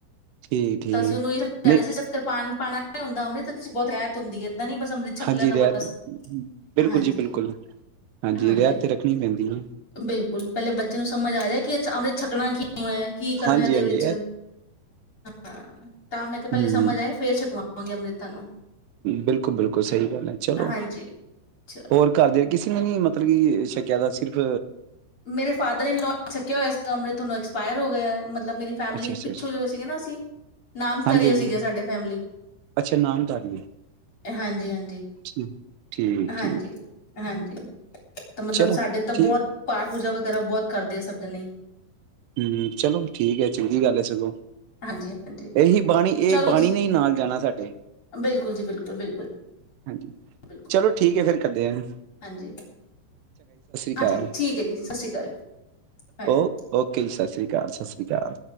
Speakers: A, on the right; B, on the left.
A: ਠੀਕ ਠੀਕ
B: ਤਾਂ ਅਸੀਂ ਉਹਨੂੰ ਇਹ ਸਮਝਾ
A: ਨਹੀਂ
B: ਰਹੇ ਸੀ ਸਿਰਫ਼ ਕਿਰਪਾਨ ਪਾਉਣਾ ਨੀ ਹੁੰਦਾ ਅੰਮ੍ਰਿਤ ਉਹਦੇ ਚ ਬਹੁਤ ਰੈਤ ਹੁੰਦੀ ਐ। ਇਦਾਂ ਨੀ ਬਸ ਅੰਮ੍ਰਿਤ ਛਕ
A: ਹਾਂਜੀ
B: ਲਿਆ ਤਾਂ
A: ਰਹਿਤ
B: ਬਸ,
A: ਬਿਲਕੁਲ
B: ਹਾਂਜੀ
A: ਜੀ ਬਿਲਕੁਲ
B: ਹਾਂਜੀ,
A: ਰਹਿਤ ਤੇ ਰੱਖਣੀ ਪੈਂਦੀ ਹੈ
B: ਬਿਲਕੁਲ ਪਹਿਲੇ ਬੱਚੇ ਨੂੰ ਸਮਝ ਆ ਏਦੇ ਚ ਕਿ ਅੰਮ੍ਰਿਤ ਛਕਣਾ ਕਿਉਂ ਐ? ਕੀ ਕਰਨਾ
A: ਹਾਂਜੀ
B: ਇਹਦੇ
A: ਹਾਂਜੀ
B: ਵਿੱਚ। ਹਾਂ, ਤਾਂ ਮੈਂ ਕਿਹਾ ਪਹਿਲੇ
A: ਹਂ,
B: ਸਮਝ ਆਏ ਫੇਰ ਛਕਵਾਵਾਂਗੇ ਅੰਮ੍ਰਿਤਾਂ ਨੂੰ
A: ਬਿਲਕੁਲ ਬਿਲਕੁਲ ਸਹੀ ਗੱਲ ਐ, ਚਲੋ
B: ਹਾਂਜੀ ਚਲ
A: ਹੋਰ ਘਰ ਦੇ ਕਿਸੇ ਨੀਂ ਮਤਲਬ ਕਿ ਸ਼ਕਿਆ ਤਾਂ ਸਿਰਫ
B: ਮੇਰੇ ਫਾਦਰ ਇਨਲੋ ਛੱਕਿਆ ਹੋਇਆ ਸੀ। ਅਮਿ੍ਤ ਤੁਹਾਨੂੰ ਐਕਸਪਾਇਰ ਹੋਗੇ, ਮਤਲਬ ਮੇਰੀ ਫੈਮਲੀ
A: ਅੱਛਾ
B: ਪਿੱਛੋਂ
A: ਅੱਛਾ
B: ਜਿਹੜੇ ਸੀਗੇ ਨਾ ਅਸੀਂ, ਨਾਮ
A: ਹਾਂਜੀ
B: ਧਰੀਏ
A: ਹਾਂਜੀ
B: ਸੀਗੇ ਸਾਡੀ ਫੈਮਲੀ
A: ਅੱਛਾ ਨਾਮਧਾਰੀ
B: ਹਾਂਜੀ ਹਾਂਜੀ।
A: ਹੈ ਠੀਕ
B: ਹਾਂਜੀ
A: ਠੀਕ
B: ਹਾਂਜੀ ਤੇ ਮਤਲਬ
A: ਚਲੋ
B: ਸਾਡੇ ਤਾਂ
A: ਠੀਕ
B: ਬਹੁਤ ਪਾਠ ਪੂਜਾ ਵਗੈਰਾ ਬਹੁਤ ਕਰਦੇ ਆ ਸਭ ਜਣੇ
A: ਹਂ, ਚਲੋ ਠੀਕ ਐ ਚੰਗੀ ਗੱਲ ਐ ਸਗੋਂ।
B: ਹਾਂਜੀ ਹਾਂਜੀ
A: ਇਹੀ ਬਾਣੀ
B: ਚਲੋ
A: ਇਹ ਬਾਣੀ
B: ਜੀ
A: ਨੇ ਨਾਲ ਜਾਣਾ ਸਾਡੇ
B: ਬਿਲਕੁਲ ਜੀ ਬਿਲਕੁਲ ਬਿਲਕੁਲ
A: ਹਾਂਜੀ
B: ਬਿਲਕੁਲ
A: ਚਲੋ ਠੀਕ ਐ ਫੇਰ ਕਰਦੇ ਆਂ।
B: ਹਾਂਜੀ।
A: ਅਕਾਲ
B: ਹਾਂਜੀ ਠੀਕ ਐ ਜੀ, ਸਤਿ ਸ਼੍ਰੀ ਅਕਾਲ। ਹਾਂਜੀ।
A: ਓ ਓਕੇ ਸਤਿ ਸ਼੍ਰੀ ਅਕਾਲ, ਸਤਿ ਸ਼੍ਰੀ ਅਕਾਲ।